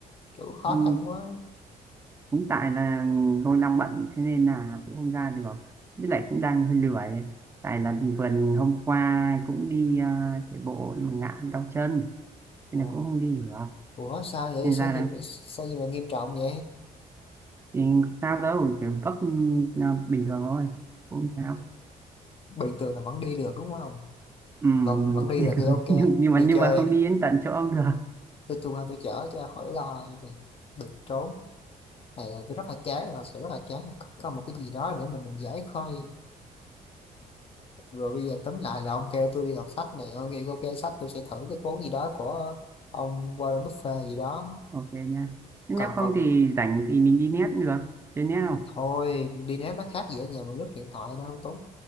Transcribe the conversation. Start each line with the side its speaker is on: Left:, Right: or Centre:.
Left: kiểu khó
Right: Ừm,
Left: khăn quá
Right: cũng tại là tôi đang bận thế nên là cũng không ra được. Với lại cũng đang hơi lười. Tại là vừa hôm qua cũng đi ờ, chạy bộ nhưng mà ngã đau chân nên
Left: Ờ,
Right: là cũng không đi được.
Left: ủa sao vậy
Right: Nên
Left: sao
Right: ra
Left: gì
Right: là
Left: sao gì mà nghiêm trọng vậy
Right: thì sao đâu, kiểu vấp ừ, bình thường thôi. Cũng sao.
Left: bình thường là vẫn đi được đúng không
Right: Ừm,
Left: vẫn vẫn đi
Right: <laughs>
Left: được thì ok
Right: nhưng nhưng
Left: đi
Right: mà nhưng
Left: chơi
Right: mà không đi đến tận chỗ ông được
Left: tôi tung ra tôi chở cho khỏi lo được trốn này là tôi rất là chán rồi, thật sự rất là chán không có một cái gì đó để mình mình giải khơi rồi bây giờ tóm lại là ông kêu tôi đi đọc sách này ông kêu ok sách tôi sẽ thử cái cuốn gì đó của ông Warren Buffett gì đó
Right: ok nha nếu
Left: còn
Right: không
Left: còn
Right: thì rảnh thì mình đi net được chơi net không
Left: thôi đi ném nó khác gì ở nhà mà lướt điện thoại đâu tốn